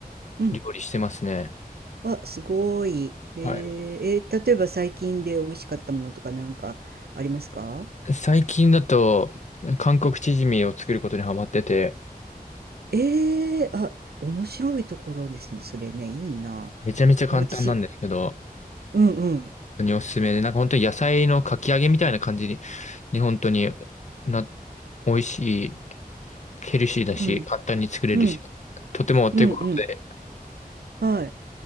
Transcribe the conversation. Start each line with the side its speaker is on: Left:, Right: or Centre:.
Right: うん。
Left: 料理してますね。
Right: あ、すごい。えー、
Left: はい。
Right: えー例えば最近で美味しかったものとかなんかありますか
Left: 最近だと、韓国チヂミを作ることにハマってて、
Right: えー、あ、面白いところですね。それね、いいな。
Left: めちゃめちゃ簡単なんですけど、
Right: 私、
Left: 本
Right: うんうん。
Left: 当におすすめで、なんか本当に野菜のかき揚げみたいな感じに、に本当にな、美味しい、ヘルシーだし、
Right: うん。
Left: 簡単に作れるし、
Right: うん。
Left: とてもお手頃で、
Right: うんうん。はい。